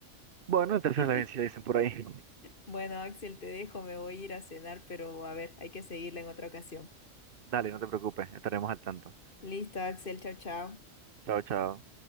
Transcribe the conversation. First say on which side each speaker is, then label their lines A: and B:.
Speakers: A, on the right; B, on the left.
A: Bueno, el tercero
B: <laughs>
A: es la vencida, dicen por ahí.
B: Bueno, Axel, te dejo, me voy a ir a cenar, pero a ver, hay que seguirla en otra ocasión.
A: Dale, no te preocupes, estaremos al tanto.
B: Listo, Axel, chao, chao.
A: Chao, chao.